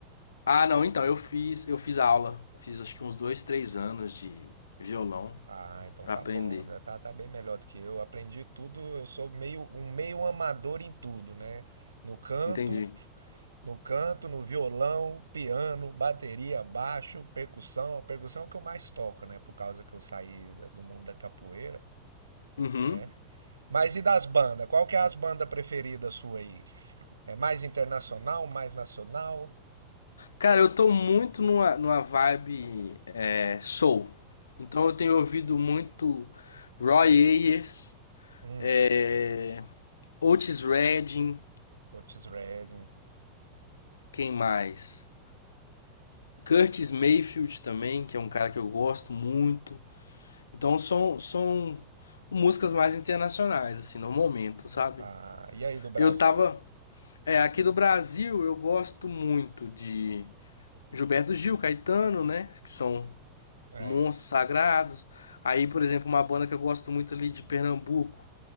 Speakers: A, on the left; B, on the right.
A: Ah, não, então, eu fiz, eu fiz aula. Fiz acho que uns dois, três anos de violão
B: Ah, então
A: pra
B: tá
A: aprender.
B: bom, né, tá, tá bem melhor do que eu. Aprendi tudo, eu sou meio um meio amador em tudo, né? No canto,
A: Entendi.
B: no canto, no violão, piano, bateria, baixo, percussão. Percussão é o que eu mais toco, né? Por causa que eu saí da- do mundo da capoeira,
A: Uhum.
B: né? Mas e das bandas? Qual que é as bandas preferidas sua aí? É mais internacional, mais nacional?
A: Cara, eu tô muito numa, numa vibe é, soul. Então eu tenho ouvido muito Roy Ayers,
B: Hum,
A: é, Otis Redding,
B: Otis Redding.
A: quem mais? Curtis Mayfield também, que é um cara que eu gosto muito. Então são, são músicas mais internacionais, assim, no momento, sabe?
B: Ah, e aí do Brasil?
A: Eu tava, É, aqui do Brasil eu gosto muito de Gilberto Gil, Caetano, né? Que são
B: É.
A: monstros sagrados. Aí, por exemplo, uma banda que eu gosto muito ali de Pernambuco